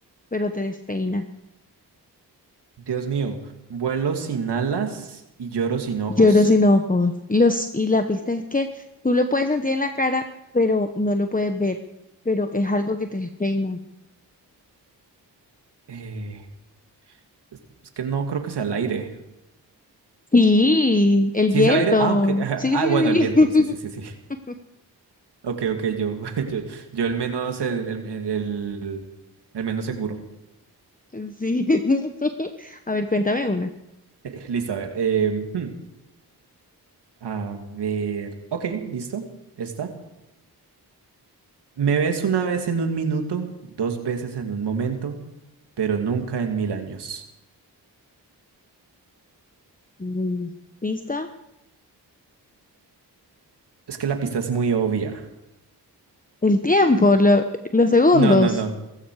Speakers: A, on the left (about 20°); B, on the right (about 75°).
A: pero te despeina.
B: Dios mío, vuelo sin alas y lloro sin ojos.
A: Lloro sin ojos. Los, y la pista es que tú lo puedes sentir en la cara, pero no lo puedes ver, pero es algo que te despeina.
B: Eh, es es que no creo que sea el aire.
A: Sí, el
B: ¿Sí
A: viento.
B: es el aire? Ah, ok. <laughs>
A: Sí,
B: Ah,
A: sí,
B: bueno, el viento.
A: sí.
B: Sí, sí, sí, sí.
A: <laughs>
B: Ok, ok, yo, <laughs> yo, yo el menos, el, el, el el- el menos seguro.
A: Sí. <laughs> A ver, cuéntame una.
B: <laughs> Listo, a ver. eh, hmm, a ver. Ok, listo. Está. Me ves una vez en un minuto, dos veces en un momento, pero nunca en mil años.
A: Uy, Pista.
B: Es que la pista es muy obvia.
A: El tiempo, lo- los segundos.
B: No, no, no.